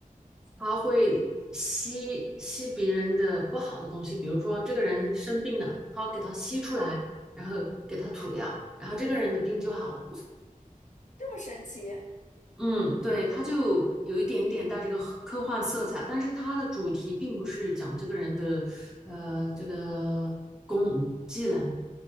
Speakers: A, in the centre; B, on the left.
A: 他会吸吸别人的不好的东西，比如说这个人生病了，他给他吸出来，然后给他吐掉，然后这个人的病就好了。
B: 这么神奇
A: 嗯，对，他就有一点点带这个科科幻色彩，但是他的主题并不是讲这个人的呃这个功技能、